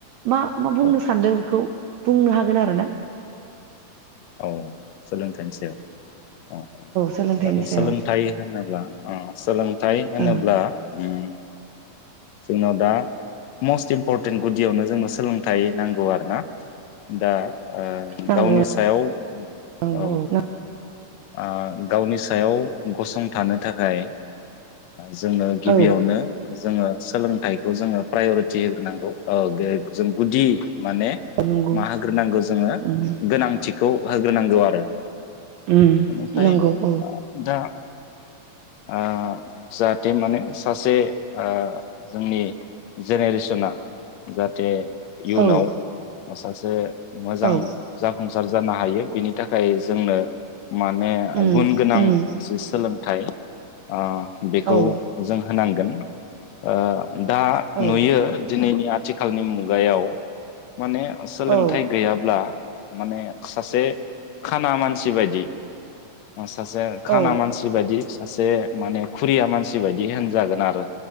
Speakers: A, on the right (about 75°); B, on the left (about 85°).
A: मा-मा बुंनो
B: औ
A: सानदों बेखौ। बुंनो हागोन आरो ना
B: औ सोलोंथाइनि सा औ औ
A: सोलोंथाइनि
B: दाथ'
A: सायाव
B: सोलोंथाइ होनोब्ला औ सोलोंथाइ होनोब्ला
A: ओ
B: ओम जोंनाव दा मस्ट इम्परटेन्ट गुदियावनो जोंनो सोलोंथाइ नांगौ आरोना दा ओ
A: नांगौ
B: गावनि सायाव
A: नांगौ
B: औ ओ गावनि सायाव गसंथानो थाखाय जोंनो गिबियावनो
A: औ
B: जोङो सोलोंथाइखौ जोङो प्राय'रिटि होग्रोनांगौ जों गुदि माने
A: औ नंगौ
B: मा होग्रोनांगौ जोङो
A: उम
B: गोनांथिखौ होग्रोनांगौ आरो
A: उम
B: ओमफ्राय
A: नंगौ औ
B: दा आ जाहाथे माने सासे ओ जोंनि जेनेरेसना जाहाथे इउनाव
A: औ
B: सासे मोजां
A: औ
B: जाफुंसार जानो हायो बिनि थाखाय जोंनो माने
A: उम
B: गुन गोनां
A: उम
B: जि सोलोंथाइ औ बेखौ
A: औ
B: जों होनांगोन ओ दा
A: औ
B: नुयो दिनैनि आथिखालनि मुगायाव माने सोलोंथाइ
A: औ
B: गैयाब्ला माने सासे खाना मानसि बायदि सासे खाना
A: औ
B: मानसि बायदि सासे माने खुरिया मानसि बायदि होनजागोन आरो